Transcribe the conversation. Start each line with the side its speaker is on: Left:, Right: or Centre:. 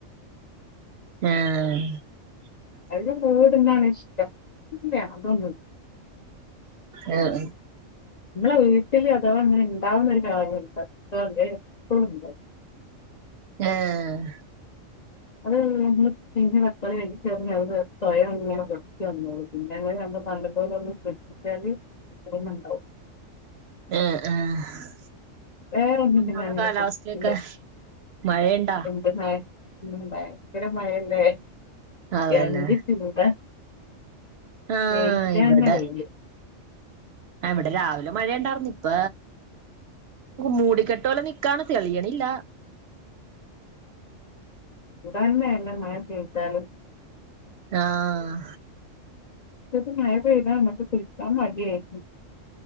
Right: ആഹ
Left: അ വീടുന്നാണ് ഇഷ്ടം ഇല്ല അതൊണ്ട്
Right: ആഹ
Left: നമ്മളെ വീട്ടില് അഥവാ അങ്ങനെ ഇണ്ടാവുന്ന ഒരു കാര്യം ഇത് എപ്പോഴും ഉണ്ടും
Right: ആഹ്
Left: അത് നമ്മള് പിന്നെ പക്കാളി ക ചറി സ്വയം ഇങ്ങനെ കൊക്ക വന്നൂ പിന്നെ നല്ലപോല ഒന്ന ശ്രധിച്ചാല്ണ്ടാവും
Right: ആഹ് ആഹ്
Left: വേറെൊന്നും
Right: എന്തോടെ
Left: പിന്നെ അങ്ങനെ
Right: കാലാവസ്ഥയൊക്കെ
Left: കുടില്ല
Right: മഴയുണ്ടാ
Left: എന്തെന്നായ ഉം ഭയങ്കര മഴല്ലേ
Right: അതന്നെ
Left: എന്ത് ചെയത
Right: ആഹ്
Left: വെയിലന്നാ
Right: ഇവിടെ
Left: വയില്
Right: ഇവിടെ രാവിലെ മഴുണ്ടായിർരുന്നു ഇപ്പ മൂടിക്കെട്ട് പോലെ നിക്കാണ് തെളിയ അില്ല
Left: തന്നെ എല്ലാം മഴ കേ വിട്ടാലും
Right: ആഹ
Left: അത് മ കതക്ക ഫത മടി ആയി